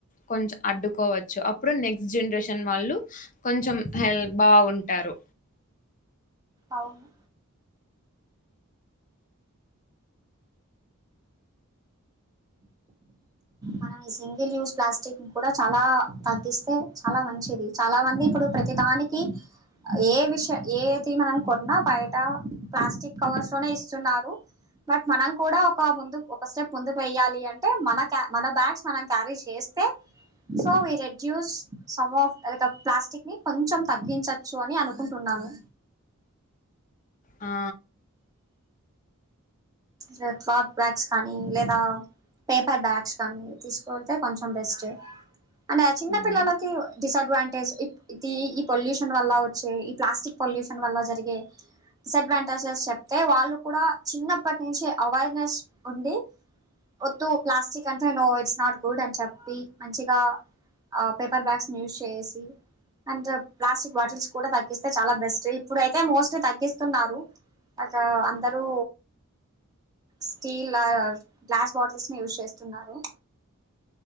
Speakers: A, on the left; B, on the right.
A: కొంచం అడ్డుకోవచ్చు అప్పుడు నెక్స్ట్ జనరేషన్ వాళ్ళు కొంచెం హెల్ బావుంటారు
B: అవును మనం ఈ సింగిల్ యూస్ ప్లాస్టిక్ కూడా చాలా తగ్గిస్తే చాలా మంచిది చాలా మంది ఇప్పుడు ప్రతి దానికి ఏ విషయం ఏది మనం కొన్నా బయట ప్లాస్టిక్ కవర్స్ లోనే ఇస్తున్నారు బట్ మనం కూడా ఒక ముందు ఒక స్టెప్ ముందుకు వెయాలి అంటే మనక మన బ్యాగ్స్ మనం క్యారీ చేస్తే so we reduce some of plastic ని కొంచెం తగ్గించచ్చు అని అనుకుంటున్నారు అను
A: ఆ
B: వేక్ అప్ బ్యాగ్స్ కానీ లేదా పేపర్ బ్యాగ్స్ కానీ తీసుకెళ్తే కొంచెం బెస్ట్ అంటే ఆ చిన్న
A: ఉమ్
B: పిల్లలకి డిసడ్వాంటేజ్ ఇది ఈ పొల్యూషన్ వల్ల వచ్చే ఈ ప్లాస్టిక్ పొల్యూషన్ వల్ల జరిగే డిసడ్వాంటేజెస్ చెప్తే వాళ్ళు కూడా చిన్నప్పటి నుంచి అవేర్నెస్ ఉండి వద్దు ప్లాస్టిక్ అంటే నో ఇట్స్ నాట్ గుడ్ అని చెప్పి మంచిగా పేపర్ బ్యాగ్స్ యూస్ చేసి అండ్ ప్లాస్టిక్ బాటిల్స్ కూడా తగ్గిస్తే చాలా బెస్ట్ ఇప్పుడుయితే మోస్ట్ తగ్గిస్తున్నారు అగా అందరూ స్టీల్ గ్లాస్ బాటిల్స్ ని యూస్ చేస్తున్నారు